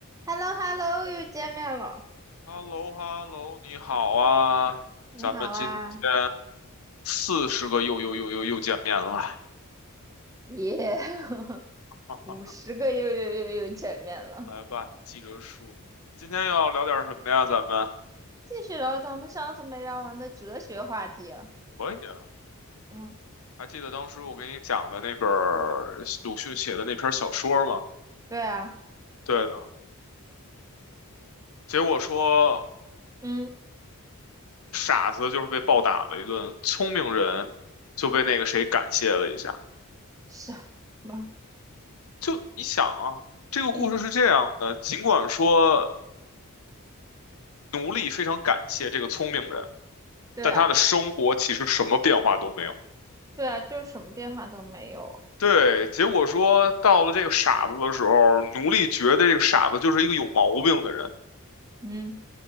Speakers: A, on the right; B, on the left.
A: h e l l o h e l l o 又见面了，
B: h e l l o h e l l o 你好啊，
A: 你好啊，
B: 咱们今天四十个又又又又又见面了，
A: 耶，<laughs>
B: <laughs>
A: 五十个又又又又见面了。
B: 来吧，记着数。今天要聊点什么呀？咱们
A: 继续聊咱们上次没聊完的哲学话题啊
B: 可以啊，
A: 嗯，
B: 还记得当时我给你讲的那本儿鲁迅写的那篇小说吗？
A: 对啊，
B: 对的，结果说
A: 嗯，
B: 傻子就是被暴打了一顿，聪明人就被那个谁感谢了一下。
A: 什么？
B: 就你想啊，这个故事是这样的，
A: 嗯，
B: 尽管说奴隶非常感谢这个聪明人。
A: 对啊，
B: 但他的生活其实什么变化都没有。
A: 对啊，就是什么变化都没有。
B: 对，结果说到了这个傻子的时候，奴隶觉得这个傻子就是一个有毛病的人。
A: 嗯